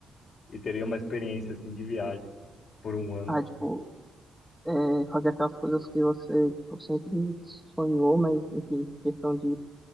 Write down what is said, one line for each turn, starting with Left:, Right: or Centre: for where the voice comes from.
Left: e teria uma experiência assim de viagem por um ano.
Centre: Ah, tipo, é, fazer aquelas coisas que você tipo, sempre sonhou, mas, enfim, questão de